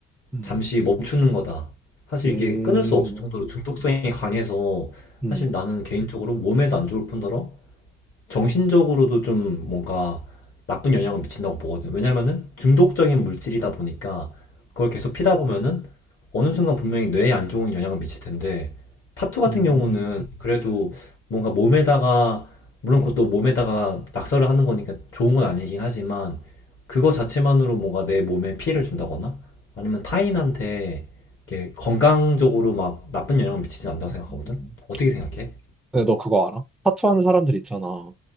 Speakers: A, in the centre; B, on the left.
A: 음,
B: 잠시 멈추는 거다. 사실
A: 음,
B: 이게 끊을 수 없을 정도로 중독성이 강해서
A: 음,
B: 사실 나는 개인적으로 몸에도 안 좋을 뿐더러 정신적으로도 좀 뭔가 나쁜 영향을 미친다고 보거든요. 왜냐면은 중독적인 물질이다 보니까 그걸 계속 피다 보면은 어느 순간 분명히 뇌에 안 좋은 영향을 미칠 텐데 타투 같은
A: 음.
B: 경우는 그래도 뭔가 몸에다가 물론 그것도 몸에다가 낙서를 하는 거니까 좋은 건 아니긴 하지만 그거 자체만으로 뭔가 내 몸에 피해를 준다거나 아니면 타인한테 이렇게 건강적으로 막 나쁜 영향을 미치진 않다고 생각하거든.
A: 음.
B: 어떻게 생각해?
A: 근데 너 그거 알아? 타투 하는 사람들 있잖아.